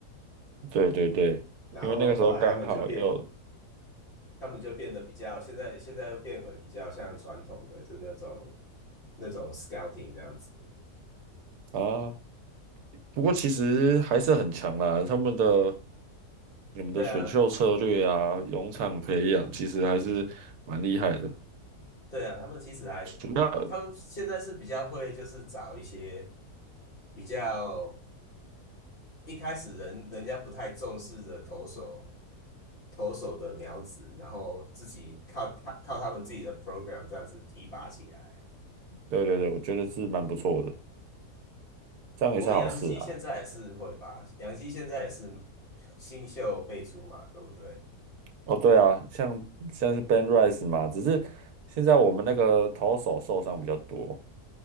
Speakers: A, on the right (about 70°); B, on the left (about 35°).
A: 对对对，
B: 然后后来他们就变
A: 因为那个时候刚好也有
B: 他们就变得比较，现在现在又变回比较像传统的，就那种那种 scouting 这样子。
A: 啊，不过其实还是很强啦，他们的你们的选秀策略啊，
B: 对啊，
A: 农场培养其实还是蛮厉害的，
B: 对啊，他们其实还，
A: 主要
B: 他们现在是比较会，就是找一些比较一开始人人家不太重视的投手投手的苗子，然后自己靠他靠他们自己的 program 这样子提拔起来。
A: 对对对，我觉得是蛮不错的，这样也是好事啊。
B: 不过杨基现在也是会吧，杨基现在也是新秀辈出嘛，对不对？
A: 哦，对啊，像像是 Ben Rice 嘛，只是现在我们那个投手受伤比较多，